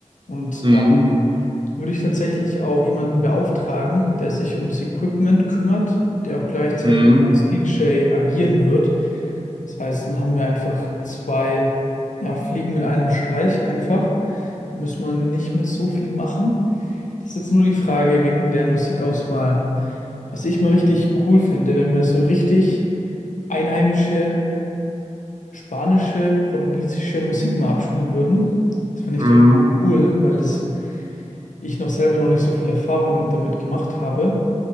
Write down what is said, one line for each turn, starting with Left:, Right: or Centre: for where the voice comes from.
Left: Und
Right: Mhm.
Left: da würde ich tatsächlich auch jemanden beauftragen, der sich um das Equipment kümmert, der auch gleichzeitig
Right: Mhm.
Left: als DJ agieren wird. Das heißt, dann haben wir einfach zwei, ja, Fliegen mit einem Streich einfach. Da müssen wir nicht mehr so viel machen. Das ist jetzt nur die Frage wegen der Musikauswahl. Was ich mal richtig cool fände, wenn wir so richtig einheimische, spanische, portugiesische Musik mal abspielen würden. Das fände
Right: Mhm.
Left: ich total cool, weil es ich noch selber noch nicht so viel Erfahrung damit gemacht habe?